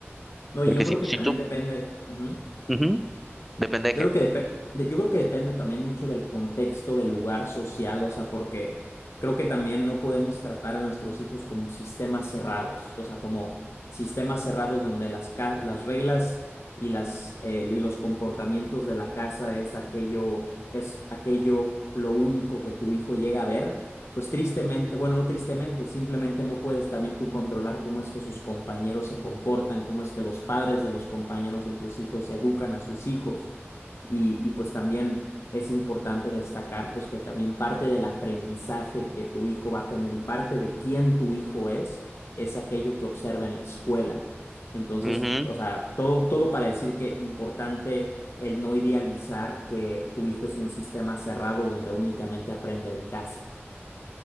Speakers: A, on the left; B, in the centre.
A: No,
B: Porque
A: y yo
B: si,
A: creo que
B: si
A: también
B: tú,
A: depende. ujú.
B: ujú, depende de qué.
A: Yo creo que depe- de- yo creo que depende también mucho del contexto, del lugar social, o sea, porque creo que también no podemos tratar a nuestros hijos como sistemas cerrados, o sea, como sistemas cerrados donde las, ca- las reglas y, las, eh, y los comportamientos de la casa es aquello, es aquello lo único que tu hijo llega a ver. Pues tristemente, bueno, no tristemente, simplemente no puedes también tú controlar cómo es que sus compañeros se comportan, cómo es que los padres de los compañeros de tus hijos educan a sus hijos. Y, y pues también es importante destacar pues que también parte del aprendizaje que tu hijo va a tener y parte de quién tu hijo es, es aquello que observa en la escuela. Entonces,
B: ujú,
A: o sea, todo, todo para decir que importante el no idealizar que tu hijo es un sistema cerrado donde únicamente aprende de casa.